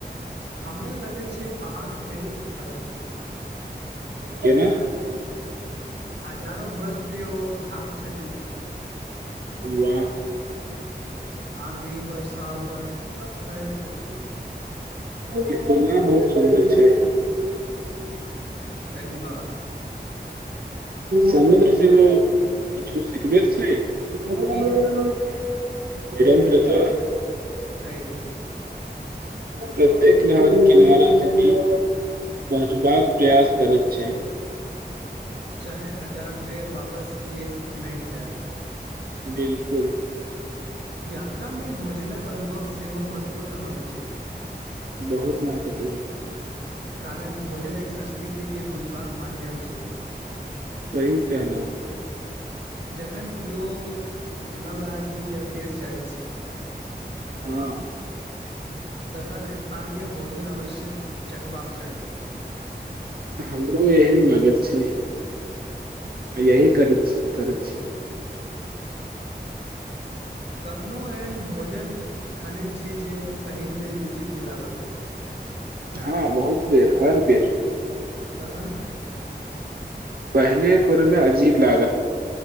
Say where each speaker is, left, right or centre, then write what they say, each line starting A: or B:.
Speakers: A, on the right; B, on the right.
A: हमरा लगै छै पहाड़ परै छै
B: केना
A: हजारो बस जे ओ थट छटी
B: वाह
A: आंधी ब बर्फ सब सहैछथिन
B: ई तुलना बहुत सुन्दर छै
A: धन्यवाद
B: समुद्र सेहो किछु सिखनेे छै निरन्द्रत
A: की सही सही
B: प्रत्येक लहर किनारा जति पहुँचबाक प्रयास करैत छै
A: चाहे हजार बेर वापस किए नहि जाय
B: बिलकुल
A: यात्रामे भोजनक अनुभव सेहो महत्वपूर्ण होइत छै
B: बहुत महत्वपूर्ण
A: कारण भोजन एक संस्कृतिके बुझबाक माध्यम छै
B: सही कहलौं
A: जखन किओ नव राज्य या देश जाइत छै
B: हँ
A: तखन स्थानीय भोजन अवश्य चखबाक चाही
B: हमरो एहन लागत छै त यही करैत छी करैत छी
A: कखनहु एहन भोजन खने छी जे पहिल बेर विचित्र लागल हो
B: हँ बहुत बेर हर बेर
A: तखन
B: पहले कुरमे अजीब लागा